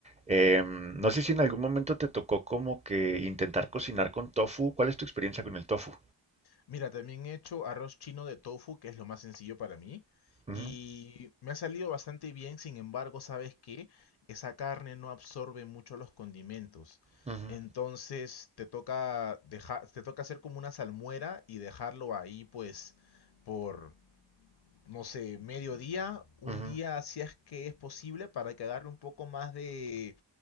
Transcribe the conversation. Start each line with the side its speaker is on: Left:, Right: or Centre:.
Right: Em, no sé si en algún momento te tocó como que intentar cocinar con tofu. ¿Cuál es tu experiencia con el tofu?
Left: Mira, también he hecho arroz chino de tofu, que es lo más sencillo para mí,
Right: Ujú,
Left: y me ha salido bastante bien, sin embargo, ¿sabes qué? Esa carne no absorbe mucho los condimentos.
Right: ujú,
Left: Entonces te toca dejar, te toca hacer como una salmuera y dejarlo ahí, pues, por, no sé, medio día, un
Right: ujú,
Left: día, si es que es posible, para que agarre un poco más de,